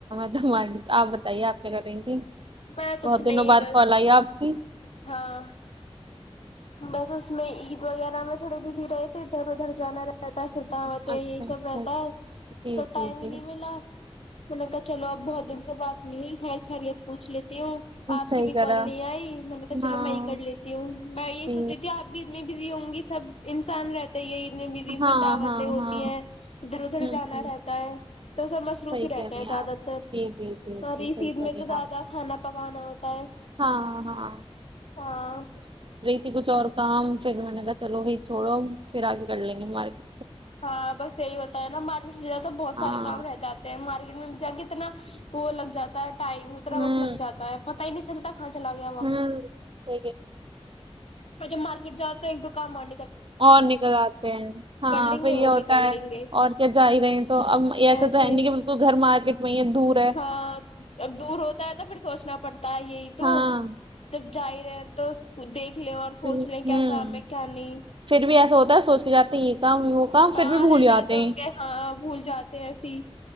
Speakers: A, on the right; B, on the left.
A: اھ آپ بتائیے آپ کے کریں گی
B: میں کچھ
A: بہت
B: نہیں
A: دنوں بعد
B: بس
A: کال آئی آپ کی
B: ہاں بس اس میں عید وغیرہ میں تھوڑے بزی رہے تھے ادھر ادھر جانا رہ رہتا ستا ہوت
A: اچھا
B: یہی سب
A: اچھا
B: رہتا ہے
A: جی
B: تو ٹائم
A: جی
B: ہی
A: جی
B: نہیں ملا میں نے کہا چلو اب بہت دن سے بات نہیں خیر خیر یہ پوچھ لیتے تی ہوں آپ
A: صحیح
B: کی بھی
A: کرا
B: کال ل آئی میں نے کہا
A: ہاں
B: چلو میں ہی کر لیتی ہوں میں یہ
A: جی
B: سوچتی تھی آپ بھی ات بزی ہوں گی سب انسان رہتا تو یہ اتنی بزی
A: ہاں
B: پھر دعوتیں
A: ہاں
B: ہوتی
A: ہاں
B: ہیں ادھر ادھر
A: ہوں
B: جانا
A: ہوں
B: رہتا ہے تو سب مصروف
A: صحیح
B: ہی رہتے
A: کہہ رہی
B: ہیں زیادہ
A: آپ
B: تر
A: جی جی جی
B: اور
A: جی صحیح
B: اس عید
A: کہہ
B: میں
A: رہی
B: تو
A: ہیں
B: زیادہ
A: آپ
B: کھانا پکانا ہوتا ہے
A: ہاں ہاں
B: ہاں
A: یہ کچھ اور کام پھر میں نے کہا چلو وہی چھوڑو پھر آگے کر لیں گے ہمارے پ
B: ہاں بس یہی ہوتا ہے نا مارکیٹ سے ج تو بہت سارے
A: ہاں
B: کام رہ جاتے مارکیٹ میں بھی جا کے کتنا وہ لگ جاتا ہے ٹائم بھیترا
A: ہوں
B: وقت لگ جاتا ہے پتا ہی نہیں چلتا کہاں چلا گیا وقت
A: ہوں ٹھیک ہے
B: مجھے مارکیٹ جا تو ایک دو کام آک
A: اور نکل آتے ہیں ہاں
B: لیں
A: پھر
B: گے
A: یہ
B: وہ
A: ہوتا
B: بھی کر
A: ہے
B: لیں گے
A: اور کیا جا ہی رہے ہیں تو اب ایسا
B: ایسے
A: تو ہے نہیں کہ بالکل گھر مارکیٹ میں ہی ہے دور ہے
B: ہاں اب دور ہوتا ہے تو پھر سوچنا پڑتا ہے یہی تو
A: ہاں
B: جب ج رہے ہیں تو دیکھ سکھ لیں اور
A: پھر
B: سوچ لیں
A: ہوں
B: کیا کام ہے کیا نہیں
A: پھر بھی ایسا ہوتا ہے سوچ جاتی ہیں کام وہ کام
B: ہاں
A: پھر بھی بھول
B: رہ جاتے ہوں
A: ہیں
B: گے ہاں بھول جاتے ہیں ای سی